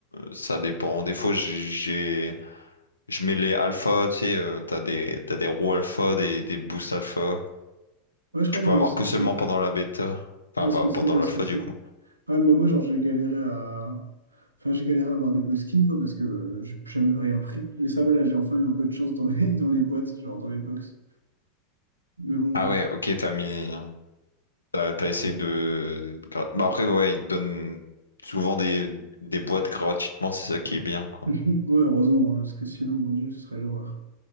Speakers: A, on the left; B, on the right.
A: ça dépend. Des fois, j'ai, j'ai- je mets les alpha, tu sais, euh, t'as des, t'as des roues alpha, des, des boosts alpha,
B: Ouais,
A: que
B: je
A: tu
B: crois
A: peux
B: que je
A: avoir
B: vois ce
A: que
B: que
A: seulement
B: c'est.
A: pendant la bêta. Enfin,
B: Je vois
A: bah,
B: ce que c'est,
A: pendant
B: je vois
A: l'alpha,
B: ce que c'est.
A: du coup.
B: Ouais, bah, moi, genre, j'ai galéré à. Enfin, j'ai galéré à avoir des beaux skins, quoi, parce que euh, j'ai jamais rien pris. Mais ça va, là, j'ai enfin eu un peu de chance dans les, <laughs> dans les boîtes, genre dans les box. Mais bon, voilà.
A: Ah ouais, ok, t'as mis. T'as, t'as essayé de... gra- Bah après, ouais, ils te donnent souvent des, des boîtes gratuitement, c'est ça qui est bien, quoi.
B: <laughs> Ouais, heureusement, hein, parce que sinon, mon Dieu, ce serait l'horreur.